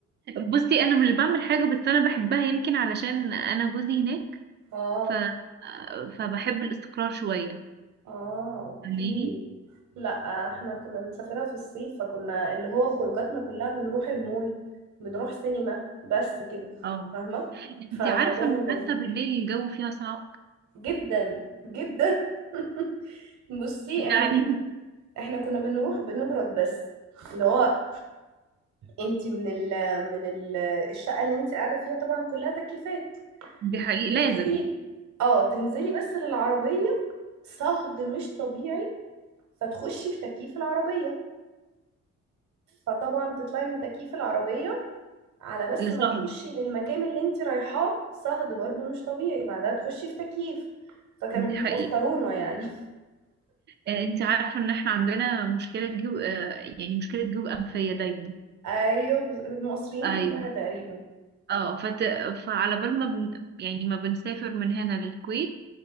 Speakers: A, on the right; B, on the right.
A: بصي انا مش بعمل حاجه بس انا بحبها يمكن علشان انا جوزي هناك
B: <laughs> اه
A: ف فبحب الاستقرار شويه
B: اه اوكي
A: فاهماني
B: لا احنا كنا بنسافرها في الصيف فكنا اللي هو خروجاتنا كلها بنروح المول بنروح سينما بس كده
A: اه
B: فاهمة فموضوع
A: انت عارفه
B: ممل
A: ان حتى بالليل الجو فيها صعب
B: جدا جدا <laughs> بصي
A: يعني
B: احنا احنا كنا بنروح بنبرد بس اللي هو انت من ال من ال الشقه اللي انت قاعده فيها طبعا كلها تكييفات
A: <laughs> دي حقيقي
B: تنزلي
A: لازم
B: اه تنزلي بس للعربيه صهد مش طبيعي فتخشي في تكييف العربيه فطبعا تطلعي من تكييف العربيه على بس
A: لسهر
B: ما تخشي للمكان اللي انت رايحاه صهد برضو مش طبيعي بعدها تخشي في تكييف فكانوا
A: دي
B: بيبطرونا
A: حقيقي
B: يعني
A: آه، انت عارفة ان احنا عندنا مشكلة جيوب آه، يعني مشكلة جيوب أنفية دايما
B: <laughs> ايوه بز- المصريين
A: ايوه
B: كلها تقريبا
A: اه فت... فعلى بال ما بن... يعني ما بنسافر من هنا للكويت